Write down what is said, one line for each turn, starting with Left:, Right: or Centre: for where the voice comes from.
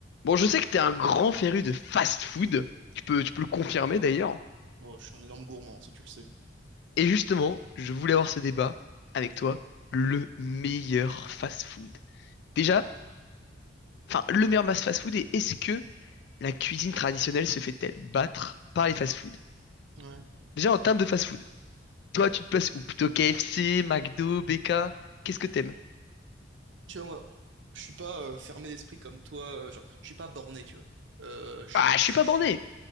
Left: Bon, je sais que t'es un grand féru de fast-food. Tu peux, tu peux le confirmer d'ailleurs.
Right: Bon, je suis un énorme gourmand, ça tu le sais.
Left: Et justement, je voulais avoir ce débat avec toi.
Right: Ouais.
Left: Le meilleur fast-food. Déjà, enfin, le meilleur mass fast-food et est-ce que la cuisine traditionnelle se fait-elle battre par les fast-food?
Right: Ouais.
Left: Déjà, en termes de fast-food, toi, tu te places où? Plutôt KFC, McDo, BK? Qu'est-ce que t'aimes?
Right: Tu vois, moi, je suis pas euh, fermé d'esprit comme toi, euh, genre, je suis pas borné, tu vois. Euh, je suis,
Left: Ah, je suis
Right: je suis,
Left: pas borné.
Right: je suis